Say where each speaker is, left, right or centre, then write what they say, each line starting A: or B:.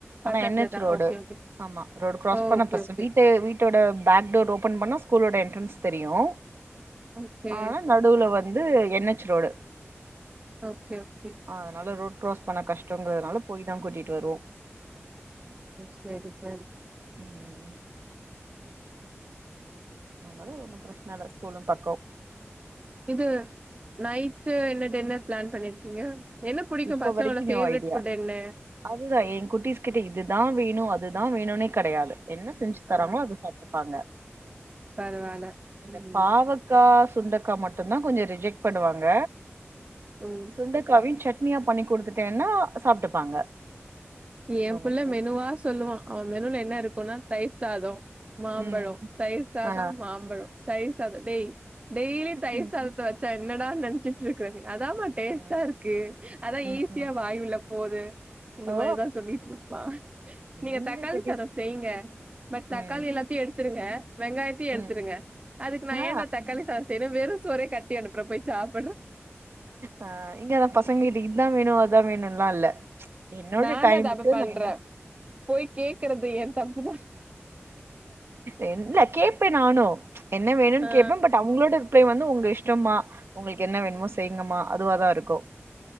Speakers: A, on the right (about 60°); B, on the right (about 30°).
A: ஆனா
B: பக்கத்துல
A: என் எச்
B: தான்.
A: Road
B: okay, okay.
A: ஆமா ரோடு கிராஸ்
B: ஓகே,
A: பண்ண பச
B: ஓகே.
A: வீட்டே வீட் டோட பேக் டோர் ஓபன் பண்ணா ஸ்கூலோட என்ட்ரன்ஸ் தெரியு
B: ஓகே
A: ஆனா நடுவுல வந்து N H road
B: okay okay
A: அதனால ரோட் க்ராஸ் பண்ண கஷ்டங்கறதுனால போய் தா கூட்டிட்டு வருவோ
B: செரி செரி
A: ம் ம் அதனால ஒன்னு பிரச்சன இல்ல ஸ்கூலு பக்கோ
B: இது நைட்டு என்ன டின்னர் பிளான் பண்ணிருக்கீங்க என்ன புடிக்கு
A: இப்போ
B: பசங்களோட
A: வரைக்கு
B: ஃபேவரெட்
A: நியூ ஐடியா
B: ஃபுட் என்ன
A: அதுதா எ குட்டீஸ் கிட்ட இதுதா வேணு அதுதா வேணுனே கெடையாது என்ன செஞ்சு தராங்களோ
B: ஆ
A: அத சாப் டுபாங்க
B: பரவால்ல.
A: இந்த
B: ம்
A: பாவக் கா சுண்டக்கா மட்டுதா கொஞ்ச ரிஜெக்ட் பண்ணுவாங்க
B: ம்
A: வெண்டக்காவின் சட்னியா பண்ணி குடுத்துட்டேன்னா சாப்ட்டுப்பாங்க
B: என்
A: அவங்க
B: புள்ள
A: ஃபுல்
B: மெனுவா சொல்லுவான் அவன் மெனுல என்ன இருக்குனா தயிர் சாதம் மாம்பழோ
A: ம்.
B: தயிர் சாத
A: ஆ
B: மாம்பழோ தயிர் சாத டெய் டெய்லி தயிர்
A: ம்
B: சாதத்த வச்சா என்னடா நெனச்சிட்டு இருக்ற நீ அதான்மா டேஸ்ட்டா
A: ஆ
B: இருக்கு அதா
A: ம்
B: ஈஸியா
A: ம்
B: வாய் உள்ள போது இந்த
A: ஓ
B: மாரிதா சொல்லிட்ருப்பா நீங்க
A: எங்க
B: தக்காளி
A: குட்டிஸ்
B: சாதம் செய்யுங்க பட் தக்காளி
A: ம்
B: எல்லாத்தையு எடுத்துருங்க வெங்காயத்தையு எடுத்துருங்க
A: ம்
B: அதுக்கு நா
A: ஆ
B: ஏண்டா தக்காளி சாதம் செய்ற வெறு சோறே கட்டி அனுப்புற போய் சாப்
A: ஆ இங்கதா பசங்க இத இத்தா வேணு அ அதா வேணுன்ல்லா இல்ல என்னோட
B: நானு
A: டைமுக்கு
B: அத அப்ப பண்றே
A: நா என்ன
B: போய் கேக்குறது எ தப்புதா
A: என் இல்ல கேப்பே நானு என்ன வேணுன்
B: ஆ
A: கேட்ப்பே பட் அவுங்ளோட ப்பயு வந்து உங்க இஷ்டம்மா உங்களுக்கு என்ன வேணுமோ செய்ங்கமா அதுவாதா இருக்கு